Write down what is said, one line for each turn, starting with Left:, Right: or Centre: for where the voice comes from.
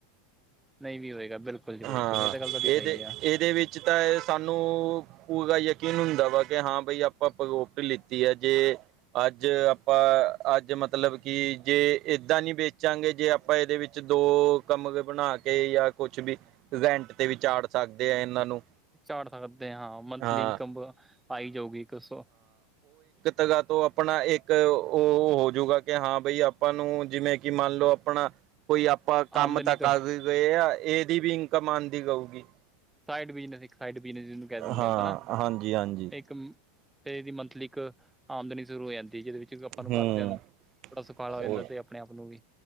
Centre: ਨਹੀਂ ਵੀ ਹੋਏਗਾ ਬਿਲਕੁਲ ਜੀ ਬਿਲਕੁਲ
Right: ਹਾਂ
Centre: ਇਹ ਤਾਂ ਗੱਲ ਤੁਹਾਡੀ
Right: ਇਹਦੇ
Centre: ਸਹੀ ਆ
Right: ਇਹਦੇ ਵਿੱਚ ਤਾਂ ਸਾਨੂੰ ਉਹਗਾ ਯਕੀਨ ਹੁੰਦਾ ਵਾ ਕਿ ਹਾਂ ਬਈ ਆਪਾਂ ਪਗੋਟ ਲਿੱਤੀ ਹੈ ਜੇ ਅੱਜ ਆਪਾਂ ਅੱਜ ਮਤਲਬ ਕਿ ਜੇ ਏਦਾਂ ਨੀ ਵੇਚਾਂਗੇ ਜੇਾਂ ਆਪਾਂ ਇਹਦੇ ਵਿੱਚ ਦੋ ਕੰਮ ਬਣਾ ਕੇ ਜਾਂ ਕੁਛ ਕੁਛ ਵੀ ਰੈਂਟ ਤੇ ਵੀ ਚਾੜ ਸਕਦੇ ਆ ਇਹਨਾਂ ਨੂੰ
Centre: ਝਾੜ ਸਕਦੇ ਹ ਹਾਂ ਮੰਥਲੀ
Right: ਹਾਂ
Centre: ਇਨਕਮ ਆਈ ਜਾਊਗੀ ਇੱਕ ਸੌ
Right: ਤਗਾਾ ਤੋਂ ਆਪਣਾ ਇੱਕ। ਇੱਕ ਉਹ ਹੋਜੂਗਾ ਕਿ ਹਾਂ ਬਈ ਆਪਾਂ ਨੂੰ ਜਿਵੇਂ ਕਿ ਮੰਨ ਲਓ ਆਪਣਾ। ਕੋਈ ਆਪਾਂ ਕੰਮ
Centre: ਆਮਦਨੀ
Right: ਤਾਂ
Centre: ਇੱਕ
Right: ਕਰ ਗਏ ਆ ਇਹਦੀ ਵੀ ਇਨਕਮ ਆਉਂਦੀ ਕਊਗੀ।
Centre: ਸਾਈਡ ਬਿਜਨ ਇੱਕ ਸਾਈਡ ਬਿਜਨ ਜਿਹਨੂੰ ਕਹਿ ਦਿੰਦੇ
Right: ਹਾਂ
Centre: ਆਪਾਂ
Right: ਹਾਂਜੀ ਹਾਂਜੀ
Centre: ਇੱਕ। ਤੇਦੀ ਮੰਥਲੀ ਇੱਕ ਆਮਦਨੀ ਸ਼ੁਰੂ ਹੋ ਜਾਂਦੀ। ਜਿਹਦੇ ਵਿੱਚ ਆਪਾਂ ਨੂੰ
Right: ਹੂੰ
Centre: ਘਰਦਿਆਂ ਨੂੰ ਥੋੜਾ ਸੁਖਾਲਾ ਹੋ
Right: ਉਹ
Centre: ਜਾਂਦਾ ਤੇ ਆਪਣੇ ਆਪ ਨੂੰ ਵੀ